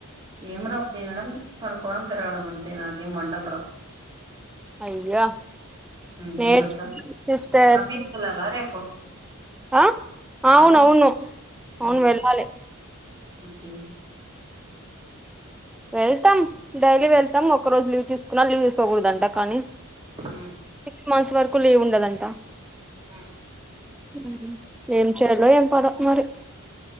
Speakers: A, on the right; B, in the centre.
A: ఏం రావు తినడం పనుక్కోవడం తిరగడం అంతే నాకేం వంటలు రావు
B: అయ్యా
A: ఉమ్
B: లేదు
A: మీకొచ్చా
B: సిస్టర్
A: ఆఫీస్ కెళ్ళాలా రేపు
B: ఆ అవును
A: ఆఫీస్
B: అవును అవును
A: ఉమ్
B: వెళ్ళాలి
A: ఓకే
B: వెళ్తాం డైలీ వెళ్తాం ఒక రోజు లీవ్ తీసుకున్నా లీవ్ చేసుకోకూడదంట కానీ
A: ఉమ్
B: సిక్స్ మంత్స్ వరకు లీవు ఉండదంట
A: హు
B: హు ఏం చేయాలో ఏం పాడు మరి